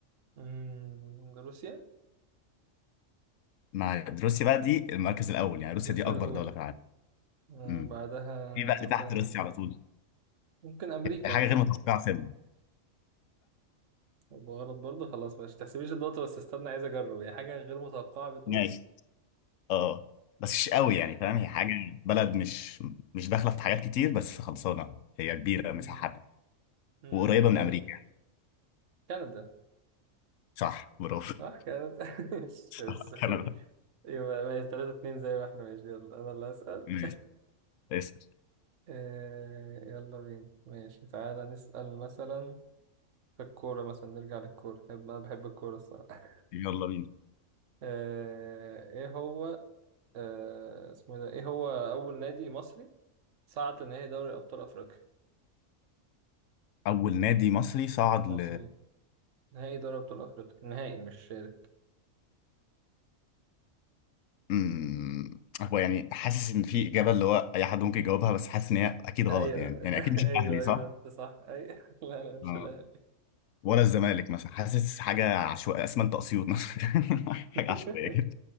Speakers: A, on the right; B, on the left.
A: مم، روسيا
B: مع روسيا بقى دي المركز الاول يعني روسيا
A: روسيا
B: دي اكبر
A: الأولى
B: دوله في العالم
A: آه،
B: امم
A: بعدها
B: في بقى اللي
A: مثلا
B: تحت روسيا على طول
A: ممكن أمريكا
B: حاجه
A: مثلا
B: غير متوقعه سنة
A: يبقى غلط برضه خلاص ماشي تحسبيش النقطة بس استنى عايز أجرب يعني حاجة غير متوقعة بتقول
B: ماشي اه بس مش قوي
A: آه،
B: يعني فاهم هي حاجه بلد مش مش داخله في حاجات كتير بس خلصانه هي كبيره
A: مم،
B: مساحتها
A: مم،
B: وقريبه
A: طيب
B: من امريكا
A: كندا
B: صح برافو <laughs>
A: صح كندا <laughs> ماشي،
B: صح
A: بس عشان-
B: كندا
A: يبقى ماشي تلاتة اتنين زي ما احنا ماشي يلا أنا اللي هسأل
B: ماشي اسال
A: آه، يلا بينا ماشي تعالى نسأل مثلا في الكورة مثلا نرجع للكورة أنا بحب الكورة الصراحة
B: يلا بينا
A: آه، ايه هو آه، اسمه إيه ده ايه هو اول نادي مصري صعد لنهائي دوري ابطال افريقيا
B: اول نادي مصري صعد
A: مصري
B: ل
A: نهائي دوري ابطال افريقيا نهائي مش شارك
B: أمم، هو يعني حاسس ان في اجابه اللي هو اي حد ممكن يجاوبها بس حاسس ان هي اكيد غلط
A: ايوه
B: يعني يعني
A: <laughs>
B: اكيد مش
A: ايوه
B: الاهلي
A: ايوه
B: صح؟
A: انت صح ايوه <laughs> لا لا مش
B: اه
A: الاهلي
B: ولا الزمالك مثلا حاسس حاجه عشوائيه اسمنت اسيوط مثلا <laughs> حاجه
A: <laughs>
B: عشوائيه كده